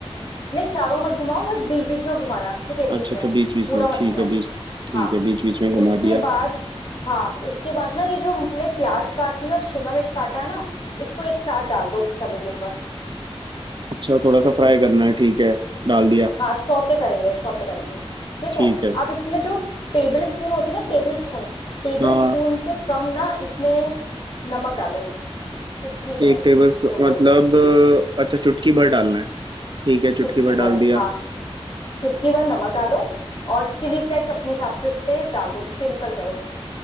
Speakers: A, on the left (about 50°); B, on the right (about 45°).
A: नहीं चारों मत घुमाओ बस बीच बीच में घुमाना ठीक है बीच
B: अच्छा
A: में
B: अच्छा बीच बीच
A: पूरा
B: में
A: मत
B: ठीक
A: घुमाना
B: है बीच ठीक
A: हाँ
B: है बीच बीच में घुमा
A: उसके
B: दिया
A: बाद हाँ उसके बाद ना ये जो हमने प्याज काटी है और शिमला मिर्च काटा है ना इसको एक साथ डाल दो उस तवे के ऊपर
B: अच्छा थोड़ा सा फ्राई करना है ठीक है डाल दिया
A: हाँ सौते करेंगे सौते करेंगे ठीक
B: ठीक
A: है
B: है
A: अब इसमें जो टेबल स्पून होती है ना टेबल स्पून टेबल
B: हाँ हाँ
A: स्पून से कम ना इसमें नमक डालो चुटकी भर
B: एक टेबल
A: जो बोलते
B: मतलब
A: हैं
B: अ, अच्छा चुटकी भर डालना है ठीक है
A: चुटकी
B: चुटकी भर
A: भर
B: डाल दिया
A: हाँ चुटकी भर नमक डालो और चिली फ्लेक्स अपने हिसाब से उस पे डाल दो स्प्रिंकल करो